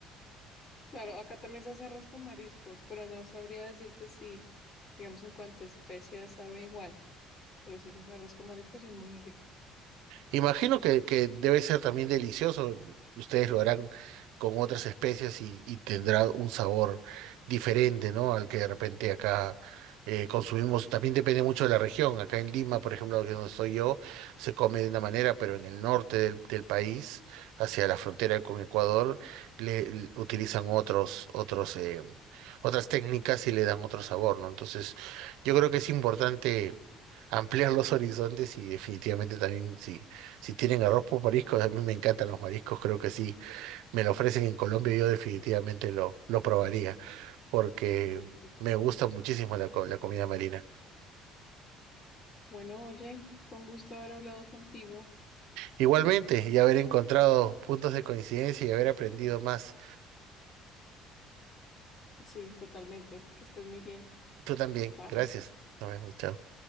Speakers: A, on the left; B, on the right.
A: Claro, acá también se hace arroz con mariscos, pero no sabría decirte si, digamos, en cuanto a especias sabe igual. Pero sí, ese arroz con mariscos es muy rico.
B: Imagino que, que debe ser también delicioso. Ustedes lo harán con otras especies y, y tendrá un sabor diferente, ¿no? Al que de repente acá eh, consumimos. También depende mucho de la región. Acá en Lima, por ejemplo, que es donde estoy yo, se come de una manera, pero en el norte del, del país, hacia la frontera con Ecuador, le, le utilizan otros, otros, eh, otras técnicas y le dan otro sabor, ¿no? Entonces, yo creo que es importante ampliar los <laughs> horizontes y definitivamente también sí si tienen arroz por mariscos, a mí me encantan los mariscos, creo que sí. Me lo ofrecen en Colombia, yo definitivamente lo, lo probaría, porque
A: Delicioso.
B: me gusta muchísimo la, co- la comida marina.
A: Bueno, oye, fue un gusto haber hablado contigo.
B: Igualmente, y haber encontrado puntos de coincidencia y haber aprendido más.
A: Sí, totalmente. Que estés muy bien.
B: Tú también,
A: Chao.
B: gracias. Nos vemos, chao.